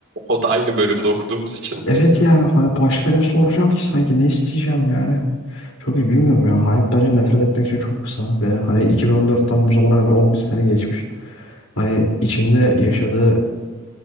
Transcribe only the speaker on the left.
Evet yani hani başka ne soracağım ki sanki ne isteyeceğim yani. Çok iyi bilmiyorum ya. Hayat bence nefret etmek için çok kısa. Ve hani 2014'ten bu zamana kadar 11 sene geçmiş. Hani içinde yaşadığı